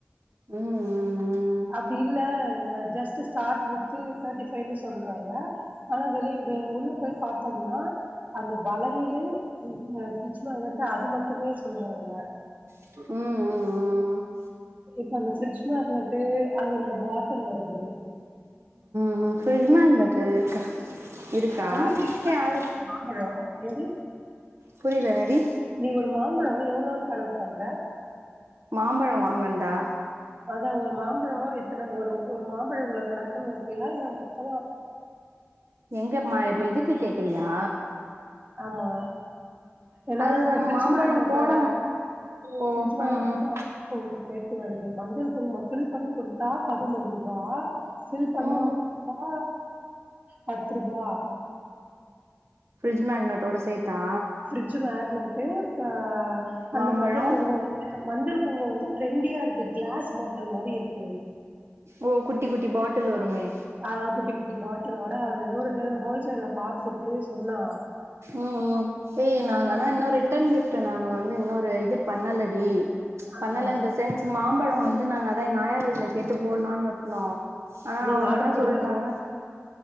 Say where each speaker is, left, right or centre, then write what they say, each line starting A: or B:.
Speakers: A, on the right (about 75°); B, on the right (about 35°).
A: ஃப்ரிட்ஜ்
B: அப்டி இல்ல ஜஸ் ஸ்டார்ட் வித்து தேர்ட்டி ஃபைவ்ன்னு சொல்றாங்க ஆனா வெளியவே உள்ள போய் பாத்தோம்னா அந்த வளையல இந்த ஃபிரிட்ஜ் மெக்னெட்டு அது மட்டுமே சொல்றாங்க
A: ம் ம் ம்
B: இப்ப அந்த ஃபிரிட்ஜ் மெக்னட்டு அதனோட பாட்டில் வருது
A: ம் ஃப்ரிட்ஜ் மெக்னெட்டா இருக்கா இருக்கா
B: நம்ம இதுக்குள்ள
A: ஏ
B: போட்ருக்கோ
A: அது
B: மாம்பழோ ஏன்டி
A: புரில என்னடி
B: நீ ஒரு மாம்பழோ எவ்ளோனு கணக்கு பண்ற
A: மாம்பழம் வாங்கன்தா
B: அதான் ஒரு மாம்பழம் இத்தனை அதான் ஒரு மாம்பழம் இத்தன ஒரு ஒரு மாம்பழம் இவளோ கணக்குன்னு வெப்பிங்களா இல்ல மொத்தமா
A: எங்க மா இதுக்கு கேக்குறியா
B: ஆமா ஏன்னா
A: அது
B: இந்த
A: நாங்க
B: ஃபரிட்ஜ்
A: மாம்பழம்
B: மேங்க்னெட்டோட
A: போட ஓ
B: ஃபரிட்ஜ் மேங்க்
A: ம் ம்
B: ம் கொஞ்சம் சேத்து வருது மஞ்சள் குங்குமம் ஃபில் பண்ணி குடுத்தா பதிமூன்னு ரூபா ஃபில் பண்ணாம
A: ம்
B: குடுத்தா பத்து ரூபா
A: ஃப்ரிட்ஜ் மேங்க்னட்டோட சேத்தா
B: ஃபிர்ஜ மேக்னட்டு ப
A: மாம்பழம்
B: அந்த மஞ்சள் குங்குமம் வந்து மஞ்சள் குங்குமம் வந்து ட்ரெண்டியா இருக்கு கிளாஸ் பாட்டல் மாறி இருக்கு
A: ஓ குட்டி குட்டி பாட்டில் வருமே
B: ஆ குட்டி குட்டி பாட்டலோட அவ ஏதோ ஒரு ஹோல்சேல்ல பாத்துட்டு சொன்னா
A: ம் ம் ஏய் நாங்களா இன்னொரு ரிட்டன் கிப்ட் நாங்க வந்து இன்னொரு இது பண்ணலடி
B: ஆ
A: பண்ணல இன் தெ சென் மாம்பழம் வந்து நாங்க அதான் எங்க ஆயா வீட்டுல கேட்டு போடலாம்னு இருந்தோம் ஆ
B: நீங்க
A: அவங்க
B: ஆர்டர்
A: என்னா
B: குடுங்க
A: சொல்லிட்டாங்க